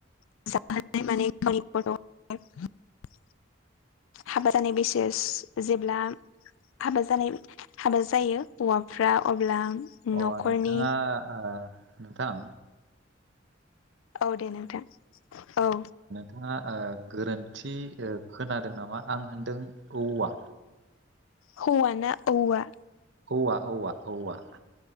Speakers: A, on the left (about 85°); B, on the right (about 60°).
A: <unintelligible> हाबा जानाय बैसो जेब्ला हाबा जानाय हाबा जायो हौवाफ्रा अब्ला
B: अ
A: न'खरनि
B: नोंथाङा आ नोंथां
A: औ दे नोंथां औ
B: नङा ओ गोरोन्थि खोनादों नामा आं होनदों औवा
A: हौवाना औवा
B: औवा औवा औवा